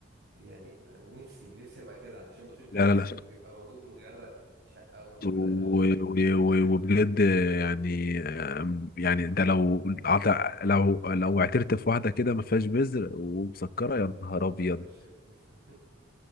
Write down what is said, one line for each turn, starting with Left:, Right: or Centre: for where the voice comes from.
Right: يعني انا نفسي نفسي ابقى كده علشان البطيخ ده
Left: لا
Right: في الصيف
Left: لا لا
Right: بيبقى موجود ومغرق الشقه ومغرق
Left: و-
Right: الاوض
Left: و- و- وبجد يعني آم، يعني ده لو عط- لو لو اعترت في واحده كده ما فيهاش بذر ومسكره يا نهار ابيض
Right: اخش <laughs>